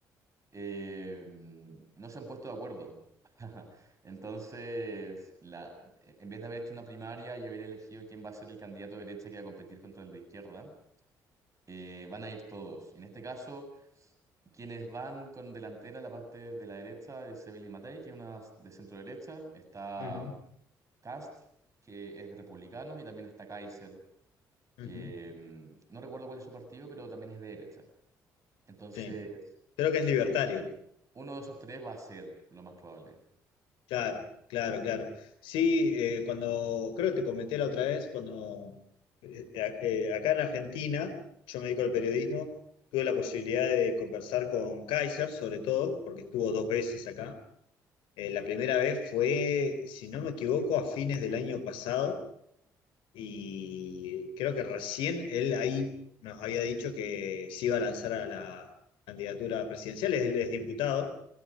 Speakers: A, on the right; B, on the left.
A: eh, no se han puesto de acuerdo. <laughs> Entonces, la, eh, en vez de haber hecho una primaria y haber elegido quién va a ser el candidato de derecha que va a competir contra el de izquierda, eh, van a ir todos. Y en este caso... Quienes van con delantera, la parte de la derecha es Sevilla y Matei, que es una de centro derecha. Está
B: ujú,
A: Cast, que es de Republicanos, y también está Kaiser, que
B: ujú,
A: mm, no recuerdo cuál es su partido, pero también es de derecha. Entonces,
B: sí. Creo que
A: sí,
B: es libertario.
A: o sí, uno de esos tres va a ser lo más probable.
B: Claro, claro, claro. Sí, eh, cuando, creo que te comenté la otra vez, cuando eh, eh, a- eh, acá en Argentina, yo me dedico al periodismo, tuve la posibilidad de conversar con Kaiser, sobre todo, porque estuvo dos veces acá. Eh, la primera vez fue, si no me equivoco, a fines del año pasado, y creo que recién él ahí nos había dicho que se iba a lanzar a la candidatura presidencial, él es diputado.